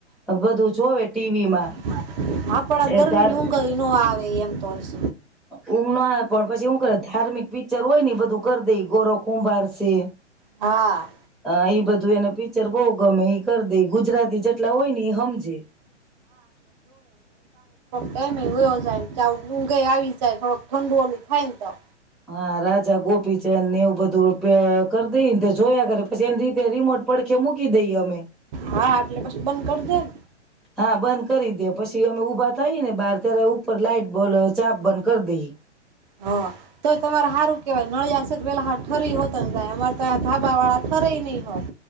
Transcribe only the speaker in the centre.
બધું. જોવે ટીવીમાં
એ
ધાર
ઊંઘ ના પણ પછી હુ કરે ધાર્મિક. પિક્ચર હોય ને બધું કરી દઈ ગૌરવ કુંભાર છે.
હ ઈ બધું એને પિક્ચર બહુ ગમે એ કરી દે ગુજરાતી જેટલા હોય ને એ સમજે.
હા રાજા ગોપીચંદ ને એવું બધું દો રૂપિયા કર દઈ. જોયા કરે પછી એની રીતે રિમોટ પડખે મૂકી દઈએ અમે
હા બંધ કરી દે પછી. અમે ઉભા થઈ ને બહાર ત્યારે ઉપર લાઈટ બો ચાપ બંધ કરી દઈ.